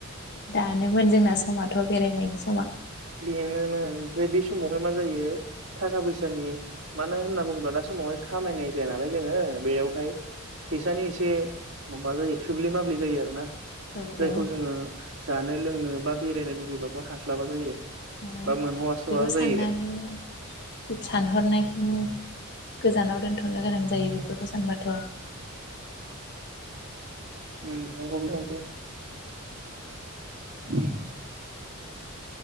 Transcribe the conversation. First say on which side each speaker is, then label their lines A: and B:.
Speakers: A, on the left; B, on the right.
A: दानोमोन जोंना समा थ बेरायनायनि समा
B: बेनोमोन ओमफ्राय बे समावहाय मान जायो थाखा फैसानि मानो होनना बुंङोब्ला दा समावहाय खामायनाय जाया नालाय जोंङो बेयावहाय फैसानि एसे। माबा जायो थोब्ले माब्ले जायो आरो ना।
A: औ
B: जायखौ
A: औ
B: जोंङो। जानो लोंनो बा बेरायनो लुुबैबाबो हास्लाबा जायो।
A: ओ
B: बा मोनह'वास'वा
A: बेखौ साननानैनो
B: जायो
A: बे सानहरनायखौनो। गोजानाव दोनथनो गोनां जायो बेफोरखौ सानबाथ।
B: उम <unintelligible>